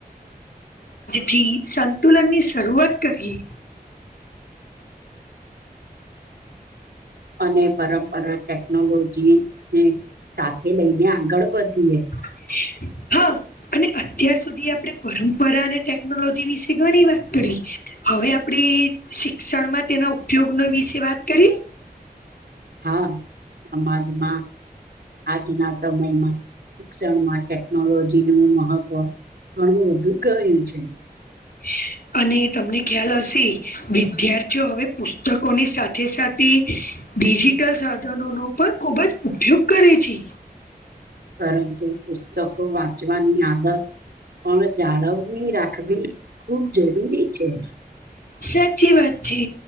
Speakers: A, on the left; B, on the right.
A: જેથી સંતુલનની શરૂઆત કરવી.
B: અને પરંપરા ટેકનોલોજી ને સાથે લઈને આગળ વધીએ.
A: <inaudible> હા અને અત્યાર સુધી આપણે પરંપરા અને ટેકનોલોજી વિશે ઘણી વાત કરી. હવે આપણેે શિક્ષણમાં તેના ઉપયોગનો વિશે વાત કરીએ.
B: હા સમાજમાં આજના સમયમાં. શિક્ષણમાં ટેકનોલોજી નું મહત્વ ઘણું બધું ક્યું છે.
A: <inaudible> અને તમને ખ્યાલ હશે વિદ્યાર્થીઓ હવે પુસ્તકોની સાથે સાથે, ડિજિટલ સાધનોનો પણ ખૂબ જ ઉપયોગ કરે છે.
B: પરંતુ પુસ્તકો વાંચવાની આદત પણ જાળવણી રાખવી ખુબ જરૂરી છે.
A: સાચી વાત છે